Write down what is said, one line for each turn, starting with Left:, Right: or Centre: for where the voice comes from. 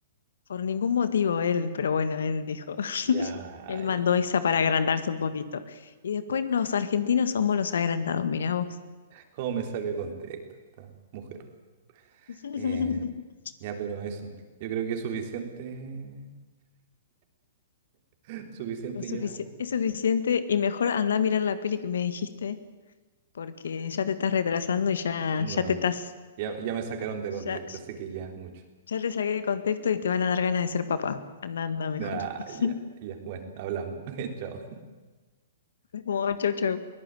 Left: por ningún motivo él, pero bueno, él dijo, <laughs>
Right: Ya,
Left: él mandó
Right: ya.
Left: esa para agrandarse un poquito. Y después los argentinos somos los agrandados, mirá vos.
Right: ¿Cómo me saca de contexto esta mujer?
Left: <laughs>
Right: Eh, ya, pero eso. Yo creo que es suficiente. <laughs> Suficiente
Left: Es
Right: ya.
Left: sufici- es suficiente y mejor andá a mirar la peli que me dijiste, porque ya te estás retrasando y ya,
Right: No,
Left: ya te estás,
Right: ya, ya me sacaron de contexto,
Left: ya,
Right: así que ya es mucho.
Left: ya te saqué el contexto y te van a dar ganas de ser papá. Anda, anda mejor.
Right: Ah,
Left: <laughs>
Right: ya, ya. Bueno, hablamos. <laughs> Chao.
Left: Como chau, chau.